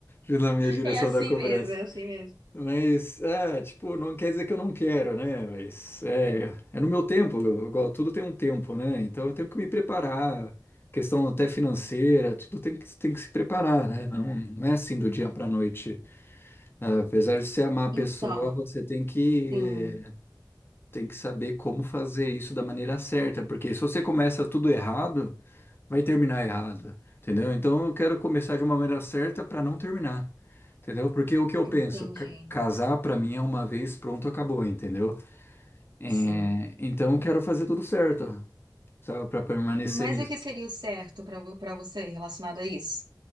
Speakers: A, on the left (about 30°); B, on the right (about 60°).
A: Na minha direção
B: é assim
A: da cobrança.
B: mesmo, é assim mesmo.
A: Mas, ah, tipo, não quer dizer que eu não quero, né? Mas é, é no meu tempo, igual tudo tem um tempo, né? Então eu tenho que me preparar, questão até financeira, tudo tem que, tem que se preparar, né? Não, não é assim do dia para noite. Ah, apesar de você amar a
B: Então,
A: pessoa, você tem que,
B: sim,
A: tem que saber como fazer isso da maneira certa, porque se você começa tudo errado vai terminar errado, entendeu? Então eu quero começar de uma maneira certa para não terminar, entendeu? Porque o que eu
B: entendi,
A: penso, ca- casar para mim é uma vez, pronto, acabou, entendeu? É,
B: sim.
A: então eu quero fazer tudo certo, sabe, para permanecer
B: Mas
A: nisso.
B: o que seria o certo para para você relacionado a isso?